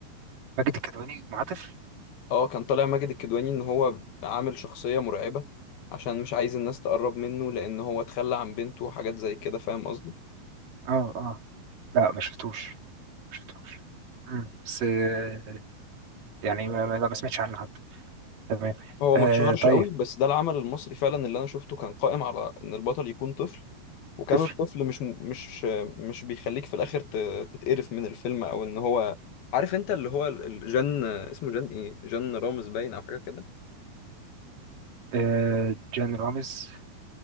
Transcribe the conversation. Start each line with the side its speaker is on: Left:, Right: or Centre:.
Right: ماجد الكدواني مع طفل
Left: اه كان طالع ماجد الكدواني ان هو عامل شخصية مرعبة عشان مش عايز الناس تقرب منه لان هو اتخلى عن بنته وحاجات زي كده فاهم قصدي
Right: اه اه لا ما شفتوش ما شفتوش مم. بس آه، يعني ما ما- لا ما سمعتش عنه حتى تمام
Left: هو
Right: آه
Left: ما اتشهرش
Right: طيب
Left: قوي بس ده العمل المصري فعلا اللي انا شفته كان قائم على ان البطل يكون طفل وكان
Right: طفل
Left: الطفل مش مش مش بيخليك في الاخر ت- تتقرف من الفيلم او ان هو عارف انت اللي هو ال- ال- جان اسمه جان ايه جان رامز باين او حاجه كده
Right: آه جان رامز